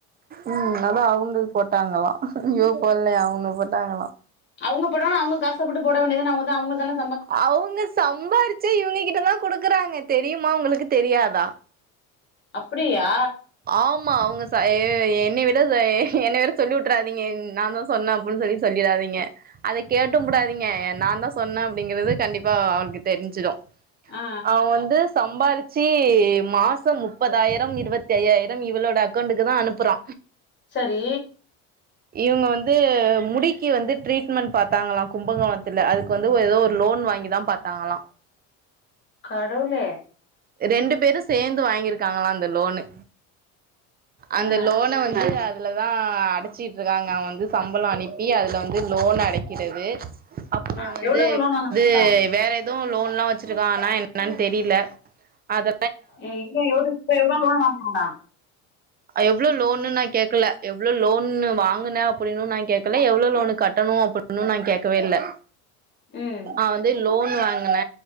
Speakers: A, on the right (about 25°); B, on the left (about 35°).
A: ம் அதா அவ்ங்க போட்டாங்கலா இவ போல்லயா அவ்ங்க போட்டாங்களா
B: அவ்ங்க பொடவனா அவ்ங்க காசப் போட்டு போட வேண்டியதான அவ்ங்கதா அவங்கதான
A: அவ்ங்க சம்பாரிச்சே இவுங்ககிட்டதா குடுக்குறாங்க தெரியுமா உங்களுக்கு தெரியாதா
B: அப்டியா
A: ஆமா அவ்ங்க சை எ என்ன விட ஏ என்ன வேற சொல்லி உட்றாதீங்க நாந்தா சொன்ன அப்புன் சொல்லி சொல்லிராதீங்க அத கேட்டும் புடாதீங்க எ நாந்தா சொன்ன அப்டிங்கிறது கண்டிப்பா அவளுக்கு தெரிஞ்சிரு
B: ஆ
A: அவ வந்து சம்பாரிச்சி மாசம் முப்பதாய்ரம் இருவத் தையாய்ரம் இவளோட அக்கௌண்ட்டுக்குதா அனுப்புறா
B: சரி
A: இவ்ங்க வந்து முடிக்கி வந்து ட்ரீட்மெண்ட் பாத்தாங்களா கும்பகோணத்துல அது கு வந்து ஒ ஏதோ ஒரு லோன் வாங்கி தா பாத்தாங்களா
B: கடவுளே
A: ரெண்டு பேரு சேந்து வாங்கிர்க்காங்களா அந்த லோனு அந்த
B: ஆ
A: லோன வந்து அ துலதா அடச்சியிட்ருக்காங்க அவ வந்து சம்பளொ அனுப்பி அதுல வந்து லோன் அடக்கிறது அப்பறோ
B: ஆ
A: வந்து
B: எவ்ளோக்கு லோன் வாங்குனாங்களா
A: து வேற து லோன்லா வச்சிருக்காங்னா என்னன் தெரில அத
B: ஏ இங்க எவ்ளோ இப்ப <unintelligible>
A: அ எவ்ளோ லோனு நா கேக்கல எவ்ளோ லோன்னு வாங்குன அப்டின்னு நா கேக்கல எவ்ளோ லோனு கட்டணு அப்பு ன்னு நா கேக்கவே இல்ல
B: ம்
A: அவ வந்து லோன் வாங்குன